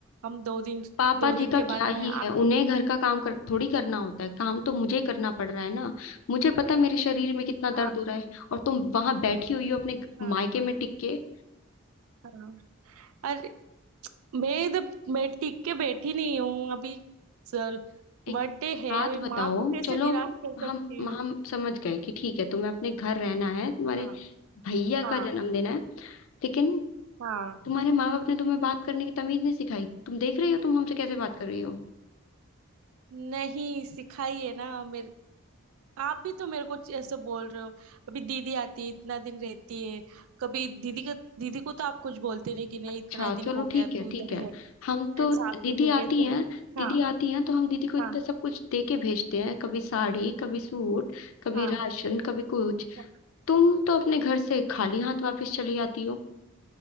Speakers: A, on the right; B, on the left.
A: हम दो दिन
B: पापा
A: दो
B: जी
A: दिन
B: का
A: के
B: क्या
A: बाद मैं
B: ही
A: आ
B: है उन्हें घर का काम कर, थोड़ी करना होता है काम तो मुझे करना पड़ रहा है ना मुझे पता है मेरे शरीर में कितना
A: हाँ
B: दर्द हो रहा है और तुम वहां बैठी हुई हो अपने ग-
A: हाँ
B: मायके में टिक के
A: हाँ। अरे मैं इधर मैं टिक के बैठी नहीं हूँ अभी सर
B: एक
A: बर्थडे है
B: बात
A: अभी
B: बताओ
A: माँ को कैसे
B: चलो
A: निराश कर सकती
B: हम
A: हूँ
B: हम समझ गए कि ठीक है तुम्हें अपने घर रहना है तुम्हारे
A: हाँ
B: भैया
A: हाँ
B: का जन्मदिन है लेकिन
A: हाँ
B: तुम्हारे माँ बाप ने तुम्हें बात करने की तमीज नहीं सिखाई तुम देख रही हो तुम हमसे कैसे बात कर रही हो
A: नहीं सिखाइए ना मेरे आप भी तो मेरे को ऐसे बोल रहे हो अभी दीदी आती है इतना दिन रहती है कभी दीदी का दीदी को तो आप कुछ बोलते नहीं कि नहीं
B: अच्छा
A: इतना दिन
B: चलो
A: हो
B: ठीक
A: गया
B: है
A: तू इधर
B: ठीक है
A: है
B: हम
A: तेरे
B: तो दीदी
A: सास ससुर
B: आती
A: कैसे
B: हैं दीदी
A: हाँ
B: आती हैं तो हम दीदी को इतना
A: हाँ
B: सब कुछ दे के भेजते हैं कभी साड़ी कभी सूट कभी
A: हाँ
B: राशन कभी कुछ
A: हाँ
B: तुम तो अपने घर से खाली हाथ वापस चली आती हो